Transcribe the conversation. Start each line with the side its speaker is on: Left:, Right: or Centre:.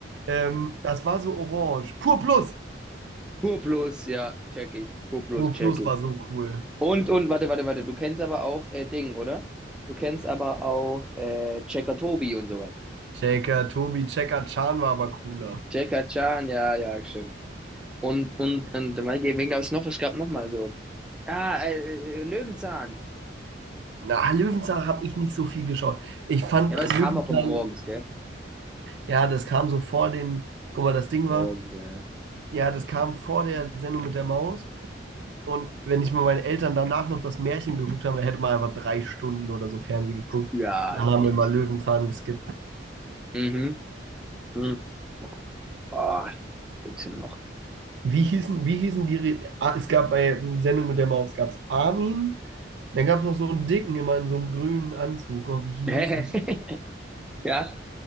Right: Ähm, das war so orange. Pur Plus.
Centre: Pur Plus, ja, check ich. Pur Plus,
Right: Pur Plus
Centre: check ich.
Right: war so cool.
Centre: Und, und, warte, warte, warte, du kennst aber auch äh, Ding, oder? Du kennst aber auch äh, Checker Tobi und sowas.
Right: Checker, Tobi, Checker, Chan war aber cooler.
Centre: Checker Chan, ja, ja, stimmt. Und, und, und, weil- wen gab es noch? Es gab noch mal so. Ah, äh, äh, Löwenzahn.
Right: Na, Löwenzahn habe ich nicht so viel geschaut. Ich fand
Centre: Ja, aber es kam
Right: Löwenzahn,
Centre: auch immer morgens, gell?
Right: ja, das kam so vor den, guck mal, das Ding
Centre: Morgens,
Right: war.
Centre: ja.
Right: Ja, das kam vor der Sendung mit der Maus. Und wenn ich mit meinen Eltern danach noch das Märchen geguckt habe, dann hätte man einfach drei Stunden oder so Fernsehen geguckt.
Centre: Ja,
Right: Und dann
Centre: das
Right: haben
Centre: geht
Right: wir mal
Centre: nicht.
Right: Löwenzahn geskippt.
Centre: Mhm. Mhm. Oh, gibt's denn noch?
Right: Wie hießen, wie hießen die? Re- Ah, Es gab bei Sendung mit der Maus gab's Armin. Dann gab es noch so einen Dicken, immer in so einem grünen Anzug. Oh, wie hieß
Centre: <laughs>
Right: er?
Centre: Ja,